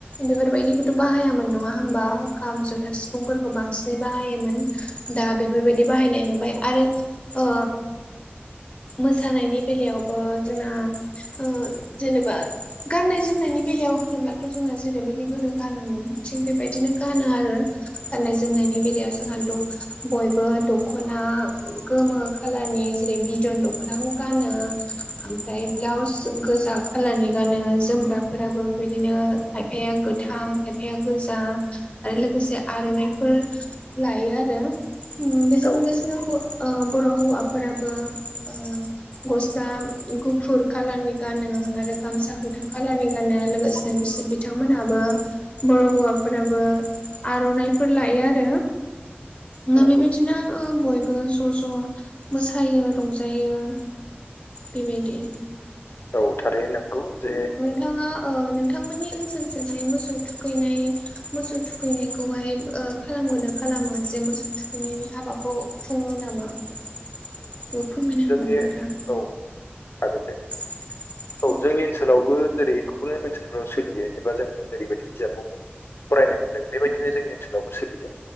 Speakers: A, on the left (about 25°); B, on the left (about 70°).
A: बेफोरबायदिखौथ' बाहायामोन नङा होमबा खाम जथा सि फुंफोरखौ बांसिनै बाहायोमोन दा बेफोरबायदि बाहायनाय नुबाय आरो ओ मोसानायनि बेलायाव ओ जोंना ओ जेनेबा गाननाय जोमनायनि बेलायाव होनोब्ला थ' जोंना जेरैबायदि गोरो गानोमोन थिग बेबायदिनो गानो आरो गाननाय जोमनायनि बेलायाव जोंहा द बयबो दख'ना गोमो खालारनि जेरै बिदन दख'नाखौ गानो ओमफ्राय ब्लाउस गोजा खालारनि गानो जोमग्राफोराबो बेबायदिनो खायफाया गोथां खायफाया गोजा आरो लोगोसे आर'नाइफोर लायो आरो उम बेजों
B: नंगौ
A: लोगोसेनो
B: औ
A: ब ओ बर' हौवाफोराबो ओ गस्ला गुफुर खालारनि गानो आरो गामसा गोथां खालारनि गानो लोगोसेनो बिसोर बिथांमोनहाबो बर' हौवाफोराबो आर'नाइफोर लायो आरो बेबायदिनो
B: नंगौ
A: बयबो ज' ज' मोसायो रंजायो बिबायदि
B: औ थारैनो नंगौ जे
A: नोंथाङा ओ नोंथांमोननि ओनसोलजोंहाय मोसौ थुखैनाय मोसौ थुखैनाय खौहाय ओ खालामगोना खालामा जे मोसौ थुखैनायनि हाबाखौ खुङो नामा औ फोरमायनो
B: जोंनि
A: हागोन नोंथां
B: औ हागोन दे
A: <unintelligible>
B: औ जोंनि ओनसोलावबो जेरै गुबुन ओनसोलफोराव सोलियो एबा जों जेरैबायदि बिजाबाव फरायनो मोनदों बेबायदिनो जोंनि ओनसोलावबो सोलियो